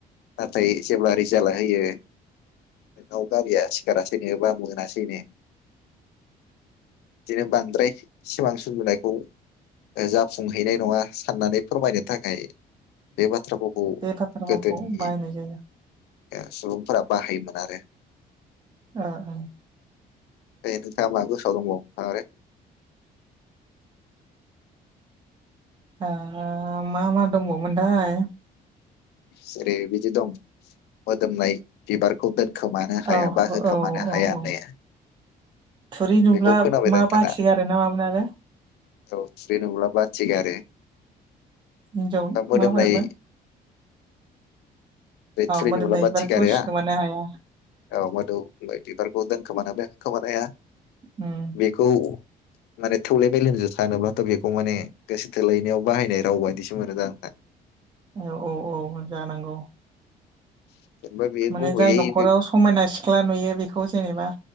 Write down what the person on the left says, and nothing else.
नाथाय जेब्ला रिजाला नायो नोंनाव गारिया सिखारासैनो बा मोनासै नो बिदिनो बांद्राय सिमां सुजुनायखौ ओ जाफुंहैनाय नङा साननानै फोरमायनो थाखाय बे बाथ्राफावखौ
गोदोनि
ओ सुबुंफोरा बाहायोमोन आरो
बेनिफ्राय मा गोसोआव दंबावो आरो
जेरै बिदि दं मोदोमनाय बिबारखौ दोन होखोमानो हाया
बा होखोमानो
हाया
होननाया
बेखौ खोनाबायदां
नोंथाङा
औ थिरि नुब्ला बाथि गारो।
बा मोदोमनाय
बे थुरि
नुब्ला बाथि
गारोआ
औ मोदौ बे बिबारखौ दोनखोमानो हाया खोमानो हाया
बेखौ माने थौले मेलेमजों सानोब्लाथ' बेखौ माने गोसो थोलायनायाव बाहायनाय राव बायदिसो मोनो दां आंना <inaudible>
<inaudible>
गुबैयै
बे